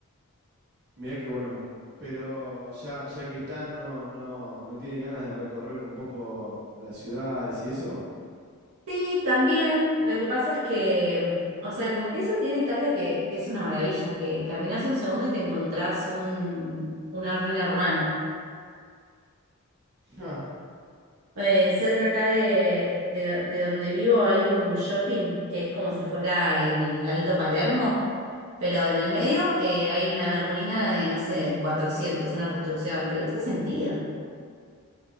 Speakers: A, on the right; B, on the right.
A: Mirá qué bueno. Pero ya, ya que están, no, no, no tienen ganas de recorrer un poco las ciudades y eso.
B: Sí, también. Lo que pasa es que, mm, o sea, como que eso tiene Italia que, que es una maravilla, que caminás un segundo y te encontrás un, una ruina romana.
A: Ja.
B: Eh, cerca acá de, de, de donde vivo hay un shopping que es como si fuera el Alto Palermo, pero en el medio eh, hay una ruina de, no sé, del 400, una construcción que no tiene sentido.